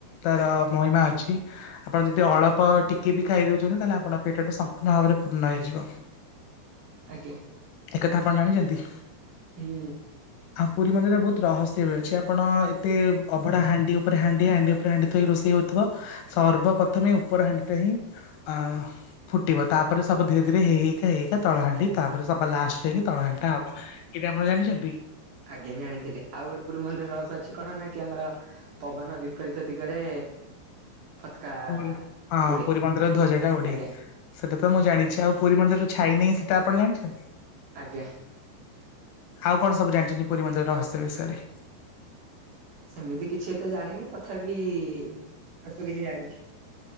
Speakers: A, on the left; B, on the right.
A: ତାର ମହିମା ଅଛି ଆପଣ ଯଦି ଅଳ୍ପ ଟିକେ ବି ଖାଇଦଉଛନ୍ତି ତାହେଲେ ଆପଣ ପେଟ ଟା ସମ୍ପୂର୍ଣ୍ଣ ଭାବରେ ପୂର୍ଣ୍ଣ ହେଇଯିବ।
B: ଆଜ୍ଞା
A: ଏକ କଥା ଆପଣ ଜାଣିଚନ୍ତି
B: ହୁଁ।
A: ହଁ ପୁରୀ ମନ୍ଦିରେ ବହୁତ ରହସ୍ୟ ବି ଅଛି ଆପଣ ଏତେ ଅଭଡ଼ା ହାଣ୍ଡି ଉପ ଉପରେ ହାଣ୍ଡି ହାଣ୍ଡି ଉପରେ ହାଣ୍ଡି ଥୋଇକି ରୋଷେଇ ହଉଥିବ ସର୍ବପ୍ରଥମେ ଉପର ହାଣ୍ଡି ଟା ହିଁ ଅ ଫୁଟିବ ତାପ ସବୁ ଧୀରେ ଧୀରେ ହେଇ ହେଇ ହେଇା ତଳ ହାଣ୍ଡି ତାପରେ ସବୁ? ଲାଷ୍ଟ <unintelligible> କି ତଳ ଘଣ୍ଟା ହବ। ଏଇଟା ଆପଣ ଜାଣିଛନ୍ତି
B: ଆଜ୍ଞା ଜାଣିଥିଲି ଆଉ ଗୋଟେ ପୁରୀ ମନ୍ଦିର ରସ ଅଛି କଣ ନା କି ଆମର ପବନ ବିପରୀତ ଦିଗରେ। ପତାକା
A: ହଁ
B: ଉଡେ
A: ପୁରୀ ମନ୍ଦିରର ଧ୍ୱଜା ଟା ଗୋଟେ
B: ଆଜ୍ଞା।
A: ସେଇଟା ତ ମୁଁ ଜାଣିଛି ଆଉ ପୁରୀ ମନ୍ଦିର ଛାଇ ନାହିଁ ସୋ। କେତେ ଆପଣ ଜାଣିଛନ୍ତି
B: ଆଜ୍ଞା
A: ଆଉ କଣ ସବୁ ଜାଣିଟିନି ପୁରୀ ମନ୍ଦିରର ରହସ୍ୟ ବିଷୟରେ?
B: ସେମିତି କିଛି ଏତେ ଜାଣିନି ତଥାପି ଅଳ୍ପ କିଛି ଜାଣିଛି।